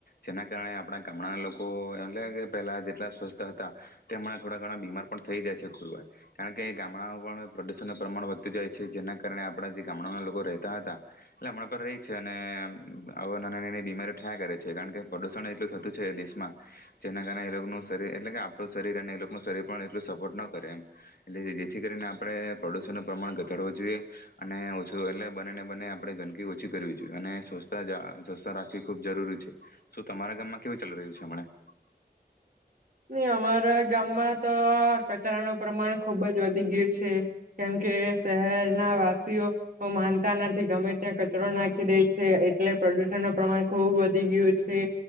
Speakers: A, on the left; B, on the right.
A: જેના કારણે આપણા ગામડાના લોકો એમલે કે પહેલા જેટલા સ્વસ્થ હતા તે હમણાં થોડા ઘણા બીમાર પણ થઈ જયા છે ખુરવાર કારણ કે ગામડાઓ પણ. પ્રદૂષણનું પ્રમાણ વધતું જાય છે જેના કારણે આપણા જે ગામડાના લોકો રહેતા હતા એટલે હમણાં પણ રહે છે અને આ નાની-નાની બીમારીઓ થયા કરે છે કારણ કે પ્રદુષણ એટલું થતું છે એ દેશમાં જેના કારણે એ લોકોનું શરીર એટલે કે આપણું શરીર અને એ લોકોનું શરીર પણ એટલું સપોર્ટ ન કરે એમ એટલે જેથી કરીને આપણે પ્રદુષણ નું પ્રમાણ ઘટાડવું જોઈએ, અને ઓછું એટલે બને ને બને આપણે ગંદકી ઓછી કરવી જોઈએ, અને સ્વચતા સ્વચતા રાખવી ખૂબ જરૂરી છે, શું તમારા ગામમાં કેવું ચાલી રહ્યું છે હમ.
B: નય અમારા ગામમાં તો આ કચરાનો પ્રમાણ ખુબ જ વધી ગ્યું છે. કેમ કે શહેરના વાસીઓ ઓ માનતા નથી. ગમે ત્યાં કચરો નાખી દે છે. એટલે પ્રદુષણ નો પ્રમાણ ખુબ વધી ગ્યું છે.